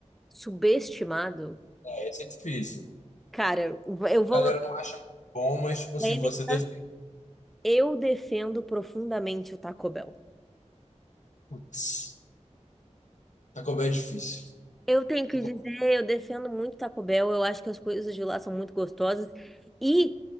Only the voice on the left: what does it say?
É, esse é difícil.
A galera
não acha muito bom, mas, tipo
assim, você defende.
Putz, Taco Bell é difícil.
Taco-